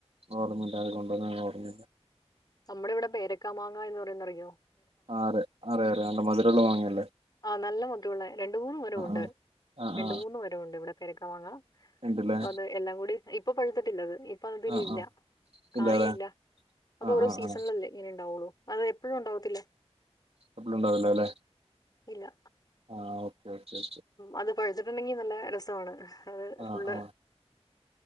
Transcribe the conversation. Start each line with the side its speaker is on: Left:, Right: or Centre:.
Right: ഓർമ്മില്ല അത് കൊണ്ടുവന്ന ഓർമ്മില്ല
Left: നമ്മുടെ ഇവിടെ പേരക്കാ മാങ്ങ എന്ന് പറയുന്നറിയോ
Right: ആഹ് അറി അറി അറെം നല്ല മധുരുള്ളം മാങ്ങിയല്ലേ
Left: ആ നല്ല മദുരള്ള രണ്ട മൂന്ന് മരം ഉണ്ട്
Right: ആ ആ
Left: രണ്ട്
Right: ആ
Left: മൂന്ന് മരംമുണ്ട് ഇവിടെ പെരക്ക മാങ്ങ
Right: ഉണ്ടല്ലേ
Left: അപ്പൊ അത് എല്ലാം കൂടി ഇപ്പൊ പഴുത്തിട്ടില്ലത് ഇപ്പൊ അതിലില്ല
Right: ആ ആ
Left: കായി
Right: ഇല്ലാല്ലേ
Left: ഇല്ല അത്ഓരോ
Right: ആ ആ
Left: സീസണിലല്ലേ
Right: ആ
Left: ഇങ്ങനെണ്ടാവുള്ളു അത് എപ്പോഴും ഉണ്ടാവത്തില്ല
Right: എപ്പളും ഉണ്ടാവില്ലലെ
Left: ഇല്ല
Right: ആഹ ഓക്കെ ഓക്കെ
Left: അത് പഴത്തിട്ടുണ്ടെങ്കിൽ നല്ല രസമാണ് അത്
Right: ആ
Left: ഫുള്ള്
Right: ആ